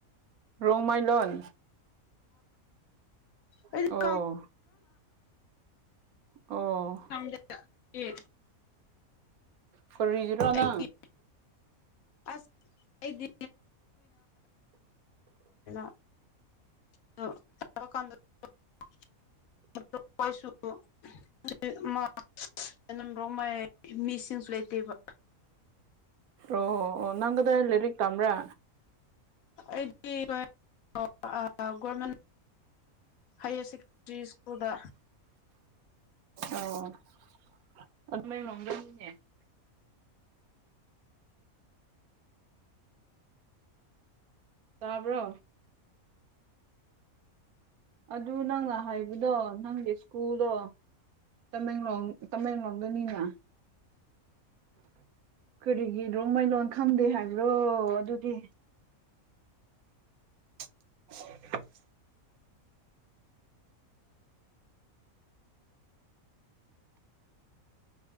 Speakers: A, on the right; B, on the left.
A: ꯔꯣꯡꯃꯩ ꯂꯣꯟ
B: ꯑꯩꯗꯤ
A: ꯑꯣ
B: <inaudible>
A: ꯑꯣ
B: <inaudible>
A: ꯐꯣꯔꯤꯒꯤꯔꯣ
B: ꯑꯩꯒꯤ
A: ꯅꯪ
B: ꯑꯁ ꯑꯩꯗꯤ <inaudible> <inaudible> <inaudible> <unintelligible> <inaudible> <unintelligible> <unintelligible> ꯔꯣꯡꯃꯩ ꯃꯤꯁꯤꯡꯁꯨ ꯂꯩꯇꯦꯕ
A: ꯑꯣ ꯑꯣ ꯑꯣ ꯅꯪ ꯀꯗꯥꯏ ꯂꯥꯏꯔꯤꯛ ꯇꯝꯕ꯭ꯔꯥ?
B: ꯑꯩꯗꯤ <unintelligible> <unintelligible> ꯒꯣꯔꯃꯦꯟ ꯍꯥꯏꯌꯔ ꯁꯦꯀꯦꯟꯗꯔꯤ ꯁ꯭ꯀꯨꯜꯗ
A: ꯑꯣ <inaudible> <unintelligible> ꯇꯥꯕ꯭ꯔꯣ ꯑꯗꯨ ꯅꯪꯅ ꯍꯥꯏꯕꯗꯣ ꯅꯪꯒꯤ ꯁ꯭ꯀꯨꯜꯗꯣ ꯇꯃꯦꯡꯂꯣꯡ ꯇꯃꯦꯡꯂꯣꯡꯗꯅꯤꯅ ꯀꯔꯤꯒꯤ ꯔꯣꯡꯃꯩ ꯂꯣꯟ ꯈꯪꯗꯦ ꯍꯥꯏꯕ꯭ꯔꯣ ꯑꯗꯨꯗꯤ <inaudible>